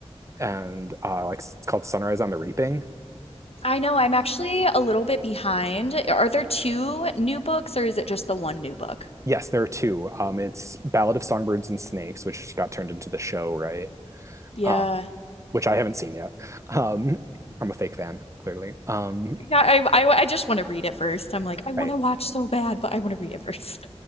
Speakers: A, on the right; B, on the left.
A: and uh like it's called Sunrise on the Reaping.
B: I know I'm actually a little bit behind. Are there two new books or is it just the one new book?
A: Yes, there are two. Um, it's Ballad of Songbirds and Snakes, which got turned into the show, right?
B: Yeah.
A: Uh, which I haven't seen yet. Um, I'm a fake fan, clearly. Um,
B: Yeah, I, I I just want to read it first. I'm like, I want
A: right.
B: to watch so bad, but I want to read it first.